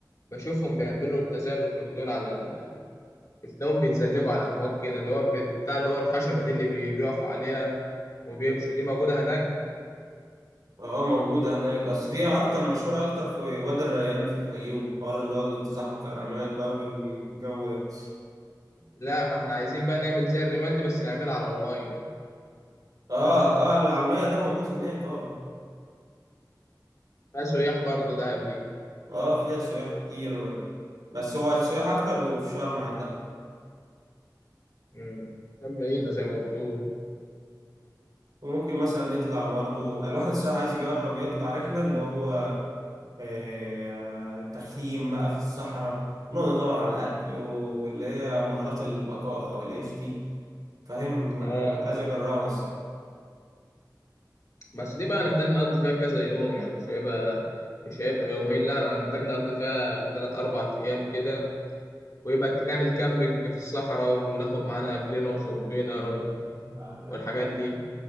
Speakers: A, on the left (about 45°); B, on the right (about 65°).
A: بشوفهم بيعملوا التزلج دول على ال... بتلاقيهم بيتزلجوا على امواج كده اللي هو بتاع اللي هو الخشبه دي اللي بي... بيقفوا عليها وبيمشوا دي موجوده هناك
B: اه موجودة هناك بس دي أكتر مشهورة أكتر في وادي الريان في الفيوم حوار اللي هو التزحلق على الرمال بقى والجو ده
A: لا ما احنا عايزين بقى نعمل زي الرمال دي بس نعملها على الميه
B: اه اه اللي على المية ده موجود هناك اه
A: فيها سياح برضه دهب دي
B: اه فيها سياح كتير بس هو السياح أكتر بيبقوا في شرم عندها
A: امم كان بعيده زي ما بتقول
B: وممكن مثلا نطلع برضه الواحد الصراحة عايز يجرب يطلع رحلة اللي هو آه التخييم بقى في الصحراء نقعد ندور على الأكل واللي هي مهارات البقاء أو العيش دي فاهم
A: اه
B: عايز أجربها
A: بس دي بقى هنحتاج نقضي فيها كذا يوم يعني مش هيبقى مش هيبقى يومين لا هنحتاج نقضي فيها تلات أربع أيام كده ويبقى نعمل كامبينج في الصحراء وناخد معانا أكلنا وشربنا و-
B: الصراحة
A: والحاجات دي